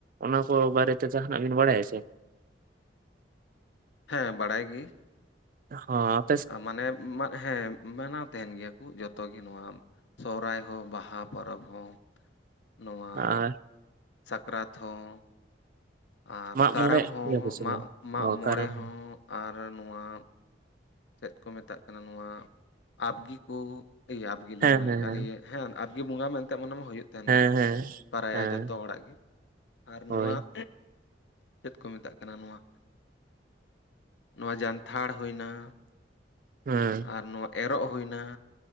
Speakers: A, on the right (about 50°); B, on the left (about 75°).
A: ᱚᱱᱟ ᱠᱚ ᱵᱟᱨᱮᱛᱮ ᱡᱟᱦᱟᱱᱟᱜ ᱵᱤᱱ ᱵᱟᱲᱟᱭᱟ ᱥᱮ?
B: ᱦᱮᱸ ᱵᱟᱲᱟᱭ ᱜᱮ।
A: ᱦᱚᱸᱻ
B: ᱢᱟᱱᱮ ᱢᱟᱫ ᱦᱮᱸ ᱢᱟᱱᱟᱣ ᱛᱟᱦᱮᱱ ᱜᱮᱭᱟ᱾ <inaudible> ᱡᱚᱛᱚᱮ ᱜᱮ ᱱᱚᱣᱟ ᱥᱚᱦᱚᱨᱟᱭ ᱦᱚᱸ ᱵᱟᱦᱟ ᱯᱚᱨᱚᱵᱽ ᱦᱚᱸ᱾ ᱱᱚᱣᱟ
A: ᱟᱨ
B: ᱼᱼ ᱥᱟᱠᱨᱟᱛ ᱦᱚᱸ᱾ ᱟᱨ
A: ᱢᱟᱜ
B: ᱠᱟᱨᱟᱢ
A: ᱢᱚᱬᱮ
B: ᱦᱚᱸ
A: ᱜᱮᱭᱟ ᱯᱮ ᱥᱮ
B: ᱢᱟᱜ
A: ᱵᱟᱝ
B: ᱢᱟᱜ
A: ᱚ
B: ᱢᱚᱬᱮ
A: ᱠᱟᱨᱟᱢ
B: ᱦᱚᱸ᱾ ᱟᱨ ᱱᱚᱣᱟ ᱼᱼ ᱪᱮᱫ ᱠᱚ ᱢᱮᱛᱟᱜ ᱠᱟᱱᱟ ᱱᱚᱣᱟ ᱟᱯᱜᱤ ᱠᱚ ᱤᱭᱟᱹ ᱟᱯᱜᱤ ᱞᱤᱧ
A: ᱦᱮᱸ
B: ᱢᱮᱱᱮᱫ
A: ᱦᱮᱸ ᱦᱮᱸ
B: ᱠᱟᱱ ᱤᱭᱟᱹ ᱼᱼ ᱦᱮᱸ ᱟᱯᱜᱤ ᱵᱚᱸᱜᱟ ᱢᱮᱱᱛᱮ ᱢᱚᱱᱮ ᱢᱟ ᱦᱩᱭᱩᱜ ᱼᱼ ᱛᱮᱱ
A: ᱦᱮᱸ
B: ᱜᱮ
A: ᱦᱮᱸ
B: ᱯᱟᱨᱟᱭᱟ
A: ᱦᱮᱸ
B: ᱡᱚᱛᱚ ᱦᱚᱲᱟᱜ ᱜᱮ᱾ ᱟᱨ
A: ᱦᱳᱭ
B: ᱱᱚᱣᱟ ᱼᱼ ᱪᱮᱫ ᱠᱚ ᱢᱮᱛᱟᱜ ᱠᱟᱱᱟ ᱱᱚᱣᱟ᱾ ᱱᱚᱣᱟ ᱡᱟᱱᱛᱷᱟᱲ ᱦᱩᱭᱱᱟ।
A: ᱦᱮᱸ
B: ᱟᱨ ᱱᱚᱣᱟ ᱮᱨᱚᱜ ᱦᱩᱭᱱᱟ।